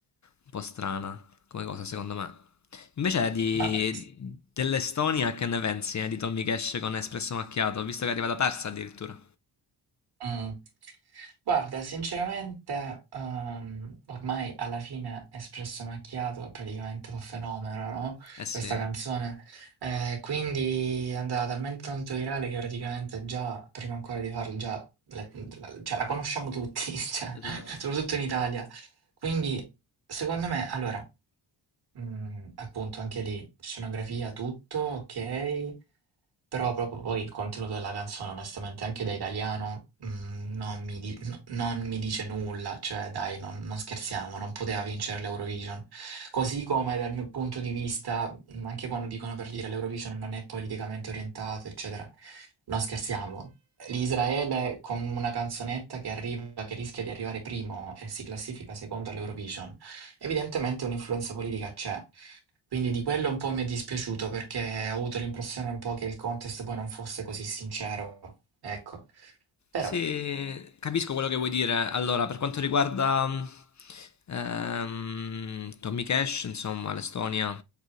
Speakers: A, on the left; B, on the right.
A: un po' strana come cosa secondo me. Invece di,
B: Ma, z-
A: dell'Estonia che ne pensi eh, di Tommy Cash con Espresso Macchiato, visto che è arrivata terza addirittura?
B: mm, guarda, sinceramente, ehm, ormai alla fine Espresso Macchiato è praticamente un fenomeno, no?
A: Eh sì,
B: Questa canzone. Eh, quindi è andata talmente tanto virale che praticamente già, prima ancora di farlo, già la, la- cioè, la conosciamo tutti, <laughs> cioè,
A: esatto.
B: soprattutto in Italia. Quindi, secondo me, allora, mm, appunto, anche lì, scenografia, tutto, ok. Però proprio poi il contenuto della canzone, onestamente, anche da italiano, mm, non mi di- no- non mi dice nulla, cioè dai, non, non scherziamo, non poteva vincere l'Eurovision. Così come dal mio punto di vista, mm, anche quando dicono per dire l'Eurovision non è politicamente orientato, eccetera, non scherziamo. L'Israele con una canzonetta che arriva, che rischia di arrivare primo e si classifica secondo all'Eurovision, evidentemente un'influenza politica c'è. Quindi di quello un po' mi è dispiaciuto perché ho avuto l'impressione un po' che il contest poi non fosse così sincero. Ecco, però,
A: Sì, capisco quello che vuoi dire. Allora, per quanto riguarda mm, ehm, Tommy Cash, insomma, l'Estonia,